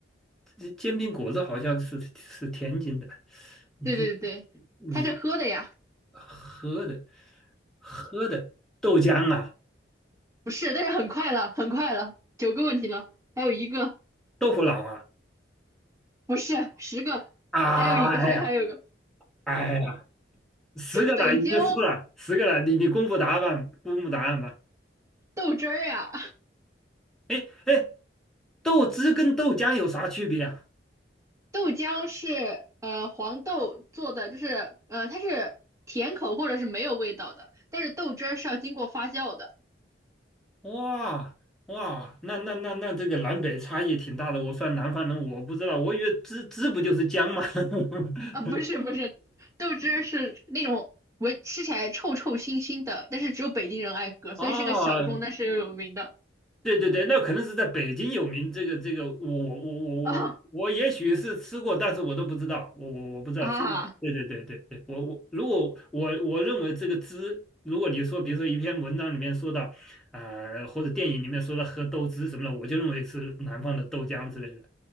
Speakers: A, in the centre; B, on the right.
A: 这煎饼果子好像是是天津的，你这
B: 对对对，
A: 你。
B: 它是喝的呀，
A: 喝的喝的豆浆啊，
B: 不是，但是很快了，很快了，九个问题了，还有一个，
A: 豆腐脑啊，
B: 不是，十个，
A: 哎呀
B: 还有一个，还还有一个，
A: 哎呀，十个奶你就输了，
B: 这北京
A: 十个奶你你公布答案吧，公布答案吧。
B: 豆汁儿呀，
A: 哎哎，豆汁跟豆浆有啥区别啊？
B: <laughs> 豆浆是呃黄豆做的，就是呃它是甜口或者是没有味道的，但是豆汁儿是要经过发酵的。
A: 哇哇，那那那那这个南北差异挺大的。我算南方人，我不知道，我以为汁汁不就是姜吗？<laughs>
B: 啊，不是不是，豆汁儿是那种闻吃起来臭臭腥腥的，但是只有北京人爱喝，所以是个小众但是又有名的。
A: 哦对对对，那可能是在北京有名。这个这个，我我我我我也许是吃过，
B: 啊
A: 但是我都不知道，我我我不知道。
B: 啊
A: 这对对对对对，我我如果我我认为这个汁，如果你说比如说一篇文章里面说到，呃，或者电影里面说到喝豆汁什么的，我就认为是南方的豆浆之类的。